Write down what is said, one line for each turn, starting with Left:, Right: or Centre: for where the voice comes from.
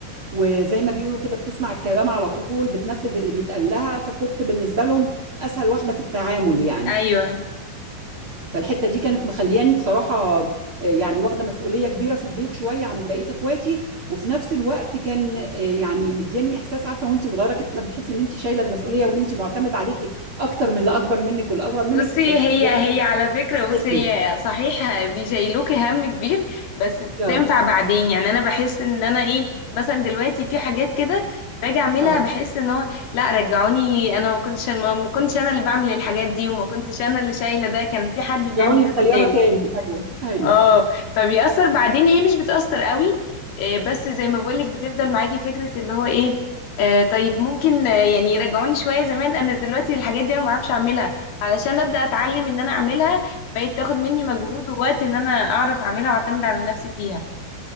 Right: وزي ما بيقولوا كده بتسمع الكلام على طول بتنفذ اللي بيتقال لها فكنت بالنسبة لهم أسهل واحدة في التعامل يعني
Left: ايوه
Right: فالحتة دي كانت مخلياني بصراحة آه، يعني واخدة مسؤولية كبيرة في البيت شوية عن بقية إخواتي وفي نفس الوقت كان آه، يعني مدياني إحساس عارفة وأنت صغيرة كده بتحسي إن أنت شايلة المسؤولية وإن أنت معتمد عليكي أكتر من اللي أكبر منك والأصغر منك
Left: بصي
Right: فكانت
Left: هي
Right: مدياني
Left: هي على فكرة
Right: إحساس
Left: بصي
Right: حلو.
Left: هي صحيح بيشيلوكي هم كبير بس بتنفع
Right: اه
Left: بعدين يعني انا بحس ان انا ايه مثلا دلوقتي في حاجات كده باجي اعملها
Right: اه
Left: بحس ان هو لا رجعوني انا ما كنتش ما ما كنتش انا اللي بعمل الحاجات دي وما كنتش انا اللي شايلة ده كان في حد
Right: رجعوني
Left: بيعمل ده
Right: صغيرة
Left: بدالي
Right: تاني أيوه أيوه
Left: اه فبيأثر بعدين هي مش بتأثر قوي آه، بس زي ما بقولك بتفضل معاكي فكرة اللي هو ايه آه، طيب ممكن آه، يعني يرجعوني شوية زمان انا دلوقتي الحاجات دي انا ما بعرفش اعملها علشان ابدأ اتعلم ان انا اعملها بقت تاخد مني مجهود ووقت ان انا اعرف اعملها واعتمد على نفسي فيها